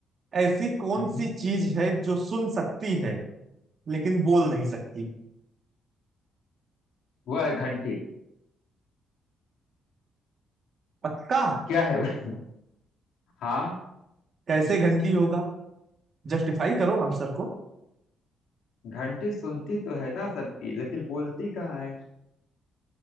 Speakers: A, on the right; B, on the left.
A: ऐसी कौन
B: हम्म
A: सी
B: हम्म।
A: चीज है जो सुन सकती है लेकिन बोल नहीं सकती
B: वह है घंटी
A: पक्का
B: क्या है वह <laughs> हाँ
A: कैसे घंटी होगा जस्टिफाई करो आंसर को
B: घंटी सुनती तो है ना सबकी लेकिन बोलती कहाँ है